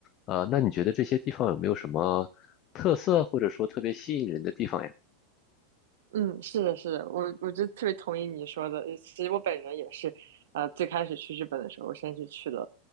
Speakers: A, on the left (about 35°); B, on the right (about 55°).
A: 呃，那你觉得这些地方有没有什么特色，或者说特别吸引人的地方呀？
B: 嗯，是的，是的，我我就特别同意你说的。呃其实我本人也是，呃，最开始去日本的时候，先是去了，